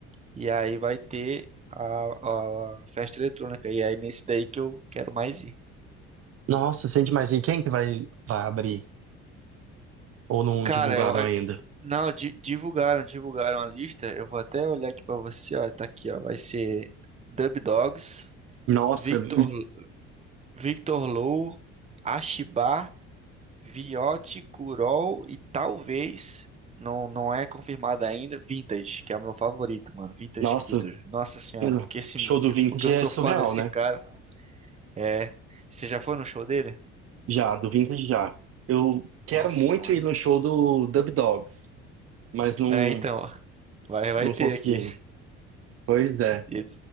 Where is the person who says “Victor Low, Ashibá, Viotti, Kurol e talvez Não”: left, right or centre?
Right